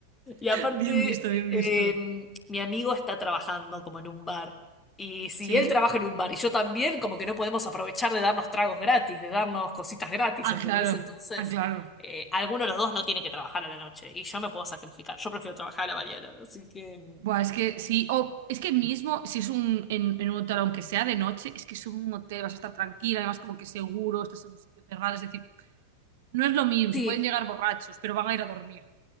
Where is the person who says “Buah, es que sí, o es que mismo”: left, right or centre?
Right